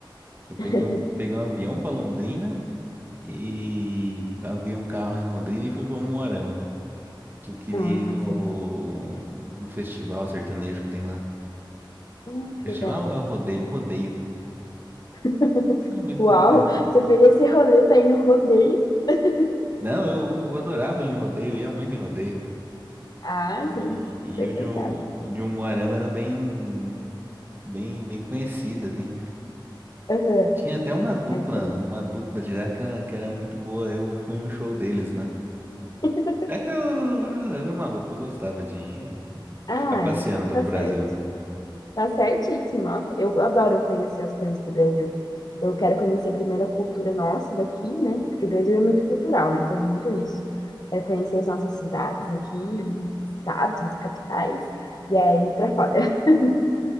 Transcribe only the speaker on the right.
Eu peguei
um, eu peguei um avião pra Londrina e aluguei um carro em Londrina e fui pra Umuarama. que eu queria
ir no,
no festival sertanejo que tem lá.
Festival
é o rodeio? Um rodeio.
Não, muito,
muito.
Não, eu adorava ir em rodeio, ia muito em rodeio.
E,
e
o de um, de um Moarama era bem, bem, bem conhecido, assim.
Tinha até uma dupla,
uma dupla de lá que era, que era muito boa. Eu fui no show deles, né?
É que eu era, era maluco, eu gostava de, de
ficar passeando
pelo
Brasil.